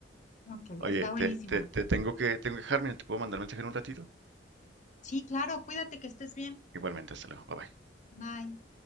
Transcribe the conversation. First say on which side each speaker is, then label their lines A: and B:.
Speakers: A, on the left; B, on the right.
A: Ok,
B: Oye,
A: está buenísimo.
B: te, te, te tengo que, tengo que dejar, mira, te puedo mandar mensaje en un ratito.
A: Sí, claro, cuídate, que estés bien.
B: Igualmente, hasta luego. Bye bye.
A: Bye.